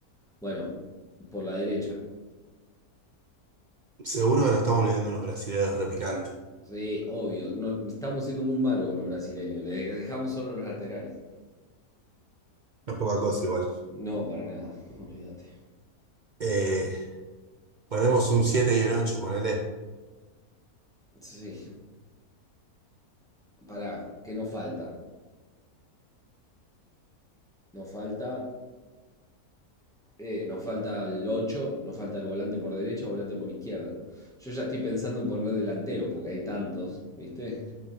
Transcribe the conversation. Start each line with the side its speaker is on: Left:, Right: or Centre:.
Centre: Bueno, por la derecha.
Right: seguro que nos estamos olvidando unos brasileños repicantes.
Centre: Sí, obvio. No, estamos siendo muy malos con los brasileños. Le dejamos solo los laterales.
Right: No es poca cosa igual.
Centre: No, para nada. <laughs> Olvídate.
Right: Eh, ponemos un 7 y un 8, ponele.
Centre: Sí, pará. ¿Qué nos falta? Nos falta Eh, nos falta el 8, nos falta el volante por derecha, volante por izquierda. Yo ya estoy pensando en poner delanteros, porque hay tantos, ¿viste?